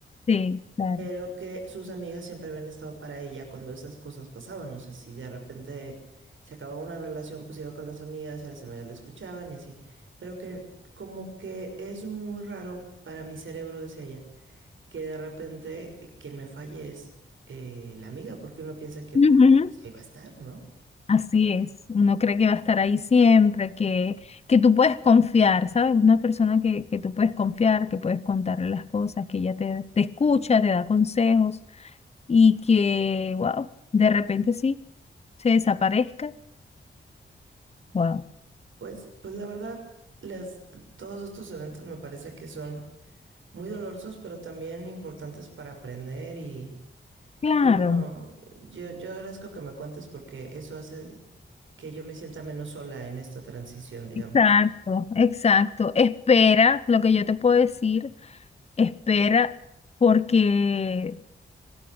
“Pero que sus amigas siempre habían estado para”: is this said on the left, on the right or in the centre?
Right